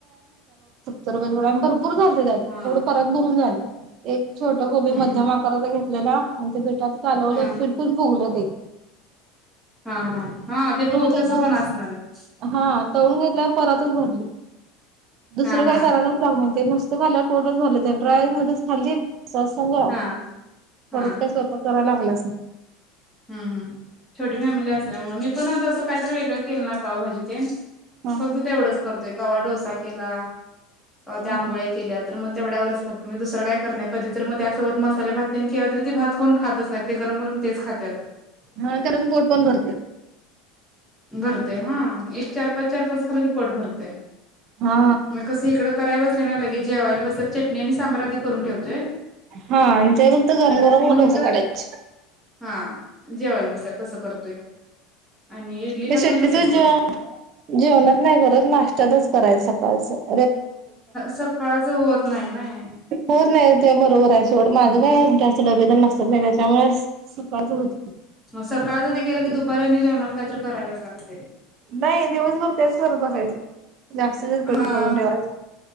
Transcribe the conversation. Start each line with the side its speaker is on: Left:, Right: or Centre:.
Right: तरथोर र झा त्या
Centre: हा
Right: एवढं परत बुरून झाले एक छोट गोबी
Centre: हम्म
Right: मध्यम आकारात घेत ला भेटात कालवलत
Centre: हम्म
Right: पिरतून भोगलंत
Centre: हा हा हा ते फ
Right: त्याला
Centre: तस पण असणार आहे
Right: हा तळून घेतल्यावर परतच भरली दुसरं
Centre: हा
Right: काय
Centre: हा
Right: करायलाच लागणार ते नुस्त खाल्ल्यावर पर्टच झालं ड्राय मध्येच खाल्ली सांग
Centre: हा
Right: परत
Centre: हा
Right: काय स्वयपा चोरायलागलासा
Centre: हम्म हम्म छोटी फॅमिली असल्यामुळे मी पण तसं काहीतरी वेगळं केलं नाय पावभाजी ते
Right: हा
Centre: फक्त तेवढंच करतोय कवा डोसा केला, त्या
Right: हा
Centre: आंबोळ्या केल्या त म तेवढ्या वरच फक्त मी दुसरं काय कर नाही कधी तर मग त्या सोबत मसाले भात तेन केला तरी ते भात कोण खातच नाहीत. ते गरम गरम तेच खातात.
Right: हा त्या अजून पोट पण भरते.
Centre: परत. हा एक चार पाच चार पाच खाउन‌घेतय. पोट भरतय.
Right: हा
Centre: म कस इकडं कराय बसले ना लगेच जेवायला बसत चटणी आणि सांबर आधी करून ठेवते.
Right: हा आणि ते फक्त गरमगरमच ढोसे
Centre: इथं
Right: काढायचे.
Centre: हा जेवायला बसल्यावर तस करतोय आणि इडलीला
Right: ते शक्यतो
Centre: पण तसंच
Right: जेव
Centre: करतोय
Right: जेवणच नाही करत, नाश्त्याातच करायचं सकाळी. अस <inaudible>
Centre: सकाळच होत नाही नाय.
Right: होत नाही ते बरोबर आहे सोड
Centre: हा.
Right: माझं काय डबे तर नसतात त्याच्यामुळे होत.
Centre: म सकाळच ते केलं की दुपारी आणि जेवणाला काहीतरी करायलाच लागते.
Right: नाही दिवसभर त्याच करत बसायचं जास्तीत जास्त
Centre: हा
Right: करून ठेवायच.